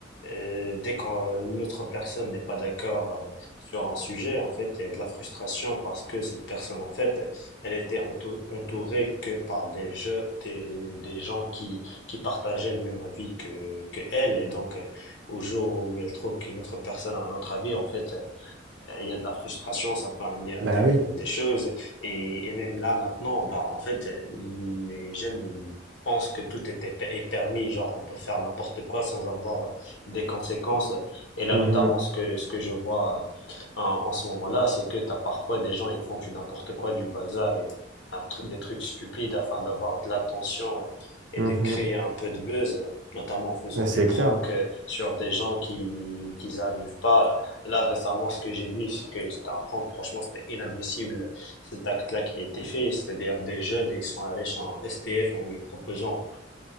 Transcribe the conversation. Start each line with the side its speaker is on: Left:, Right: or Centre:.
Left: euh, dès que euh, l'autre personne n'est pas d'accord euh, sur un sujet, en fait, il y a de la frustration parce que cette personne, en fait, elle était entou- entourée que par des, jeux, des, des gens qui, qui partageaient le même avis que, que elle. Et donc, euh, au jour où elle trouve qu'une autre personne a un autre avis, en fait, euh, il y a de la frustration, ça peut amener à
Right: Bah
Left: des,
Right: oui.
Left: des choses. Et, et même là, maintenant, bah, en fait, euh, les jeunes, ils pensent que tout était, pe- est permis, genre on peut faire n'importe quoi sans avoir euh, des conséquences. Et là,
Right: Mhm,
Left: notamment, ce que, ce que je vois euh, en, en ce moment-là, c'est que tu as parfois des gens, ils font du n'importe quoi, du bazar et un tr- des trucs stupides afin d'avoir de l'attention et,
Right: mhm.
Left: et de créer un peu de buzz, notamment en faisant
Right: Ouais,
Left: des
Right: c'est
Left: pranks
Right: clair.
Left: euh, sur des gens qui, qui n'arrivent pas Là, récemment, ce que j'ai vu, c'est que c'était un prank. Franchement, c'était inadmissible cet acte-là qui a été fait. C'est-à-dire des jeunes, et ils sont allés chez un SDF en lui proposant